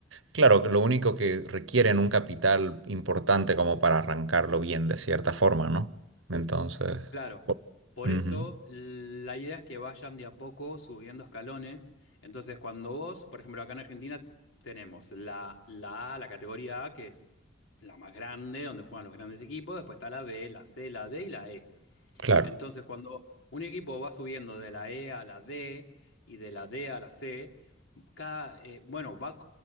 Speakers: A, on the right; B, on the left.
A: Claro, que lo único que requieren un capital importante como para arrancarlo bien de cierta forma, ¿no? Entonces,
B: Claro, por
A: ujú,
B: eso la idea es que vayan de a poco subiendo escalones. Entonces, cuando vos, por ejemplo, acá en Argentina tenemos la, la A, la categoría A, que es la más grande, donde juegan los grandes equipos, después está la B, la C, la D y la E.
A: claro.
B: Entonces, cuando un equipo va subiendo de la E a la D y de la D a la C, cada, eh, bueno, va,